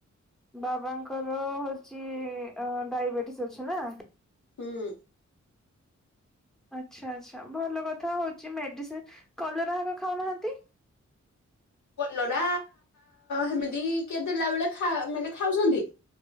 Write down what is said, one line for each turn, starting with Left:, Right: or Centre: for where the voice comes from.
Centre: ବାବାଙ୍କର ହଉଚି ଓହୋ ଡାଇବେଟିସ୍ ଅଛି ନା।
Left: ହୁଁ।
Centre: ଆଚ୍ଛା ଆଚ୍ଛା ଭଲ କଥା ହଉଚି ମେଡିସି କଲରା ହଗା ଖାଉନାହାନ୍ତି।
Left: କଲରା ହେମିତି କିଏ ଦେଲା ବେଳେ ଖା ମାନେ ଖାଉଚନ୍ତି।